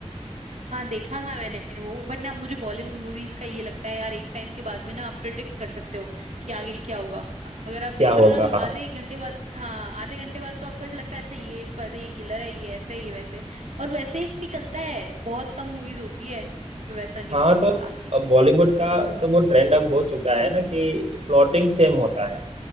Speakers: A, on the right; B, on the right.
A: हाँ देखा था मैंने वो बट ना मुझे बॉलीवुड मूवीज का ये लगता है यार एक टाइम के बाद में ना आप प्रिडिक्ट कर सकते हो कि आगे क्या होगा अगर आप देख
B: क्या होगा
A: रहे हो ना तो आधे एक घंटे बाद हाँ आधे घंटे बाद तो आपको ऐसे लगता है अच्छा ये इसको ऐसे ये किलर है ये ऐसे ये वैसे और वैसे ही निकलता है बहुत कम मूवीज होती है जिसमें वैसा नहीं
B: हाँ
A: होगा
B: तो
A: बाकी तो
B: अब बॉलीवुड का तो वो ट्रेंड अब हो चुका है ना कि प्लॉटिंग सेम होता है